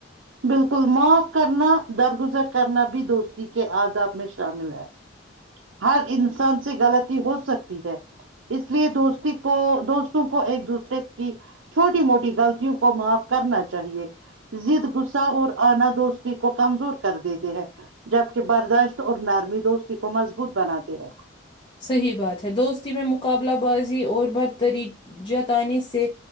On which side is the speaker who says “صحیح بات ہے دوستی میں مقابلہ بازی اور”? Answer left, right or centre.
Left